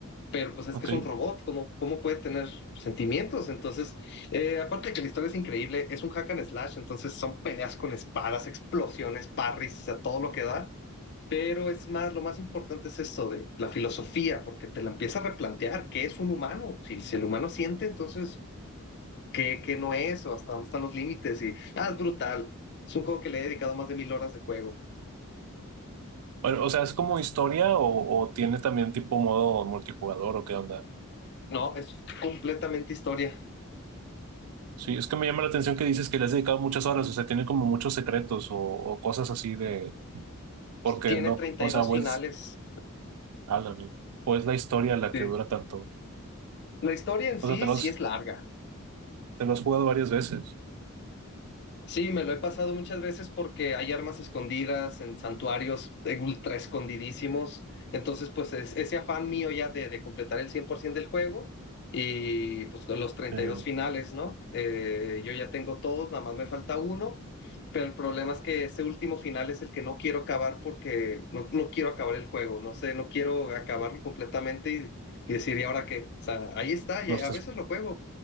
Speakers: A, on the left; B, on the right.
A: pero pues es
B: ok.
A: que es un robot, ¿cómo, cómo puede tener sentimientos? Entonces, eh, aparte de que la historia es increíble, es un hack and slash, entonces son peleas con espadas, explosiones, parries, a todo lo que da. Pero es más, lo más importante es esto de la filosofía, porque te la empieza a replantear, ¿qué es un humano? Si, si el humano siente, entonces, ¿qué, qué no es? ¿O hasta dónde están los límites? Y, ah, es brutal. Es un juego que le he dedicado más de mil horas de juego.
B: Bueno, o sea, ¿es como historia o, o tiene también tipo modo multijugador o qué onda?
A: No, es completamente historia.
B: Sí, es que me llama la atención que dices que le has dedicado muchas horas, o sea, tiene como muchos secretos o, o cosas así de, porque
A: Tiene
B: no,
A: treinta
B: o
A: y
B: sea,
A: dos
B: pues,
A: finales.
B: ala, ¿no? o es la historia la
A: Sí.
B: que dura tanto.
A: La historia en sí
B: O sea, te los,
A: sí es larga,
B: te lo has jugado varias veces.
A: Sí, me lo he pasado muchas veces porque hay armas escondidas en santuarios eh, ultra escondidísimos. Entonces, pues es, ese afán mío ya de, de completar el 100% del juego y pues con los treinta
B: Eh,
A: y dos finales, ¿no? Eh, yo ya tengo todos, nada más me falta uno, pero el problema es que ese último final es el que no quiero acabar porque no, no quiero acabar el juego, no sé, no quiero acabarlo completamente y, y decir, ¿y ahora qué? O sea, ahí está, y
B: no estás
A: a veces lo juego.